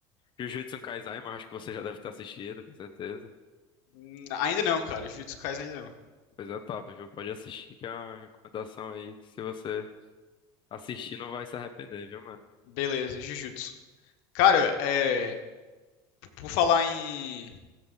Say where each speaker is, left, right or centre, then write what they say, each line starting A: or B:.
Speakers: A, on the left; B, on the left.
A: Jujutsu Kaisen, mas acho que você já deve ter assistido, com certeza.
B: hum, ainda não, cara. Jujutsu Kaisen ainda não.
A: Coisa top, viu? Pode assistir, que é uma recomendação aí que se você assistir não vai se arrepender, viu, mano?
B: Beleza, Jujutsu. Cara, é. p- Por falar em,